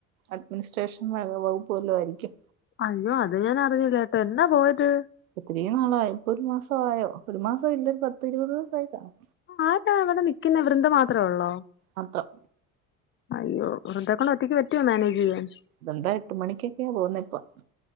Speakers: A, on the right (about 85°); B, on the left (about 30°).
A: അഡ്മിനിസ്ട്രേഷൻ വകുപ്പ് വല്ലോ ആയിരിക്കും
B: അയ്യോ അത് ഞാൻ അറിഞ്ഞില്ലട്ടോ എന്നാ പോയത്
A: ഒത്തിരി നാളായോ ഇപ്പൊ ഒരു മാസായോ ഒരു മാസ ഇല്ല ഒരു പത്ത് രുപത് ദിവസായി കാണും
B: അതെന്താ അവടെ നിക്കുന്നെ വൃന്ദ മാത്രെ ഒള്ളോ
A: മാത്രം
B: അയ്യോ വൃദ്ദേക്കൊണ്ട് ഒറ്റക്ക് പറ്റോ മാനേജെയ്യാൻ
A: വൃന്ത എട്ട് മണിക്കൊക്കെ പോന്നെ പ്പം